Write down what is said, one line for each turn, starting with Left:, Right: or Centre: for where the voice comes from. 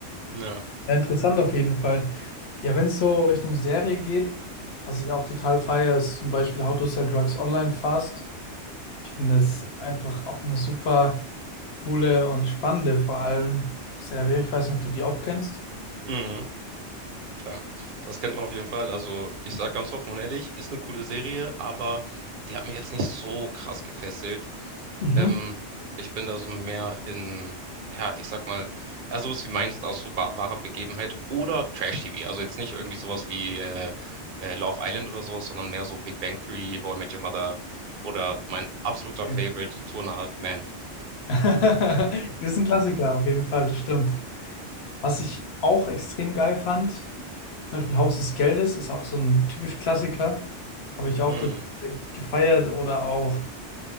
Right: Ja.
Left: Ja, interessant auf jeden Fall. Ja, wenn es so Richtung Serie geht, was ich auch total feiere, ist zum Beispiel How to Sell Drugs Online Fast. Ich finde es einfach auch eine super coole und spannende, vor allem Serie. Ich weiß nicht, ob du die auch kennst.
Right: Mhm, klar, das kennt man auf jeden Fall. Also, ich sage ganz offen und ehrlich, ist eine coole Serie, aber die hat mich jetzt nicht so krass gefesselt.
Left: Mhm.
Right: Ähm, ich bin da so mehr in, ja, ich sag mal, ja, sowas wie meintest aus so ba- wahrer Begebenheit oder Trash-TV. Also jetzt nicht irgendwie sowas wie äh, äh, Love Island oder sowas, sondern mehr so Big Bang Theory, How I Met Your Mother oder mein absoluter
Left: Ja.
Right: Favorite, Two and a Half Men.
Left: <laughs> Das ist ein Klassiker auf jeden Fall, das stimmt. Was ich auch extrem geil fand, zum Beispiel Haus des Geldes ist auch so ein typisch Klassiker. Habe ich auch
Right: Mhm.
Left: total gefeiert oder auch,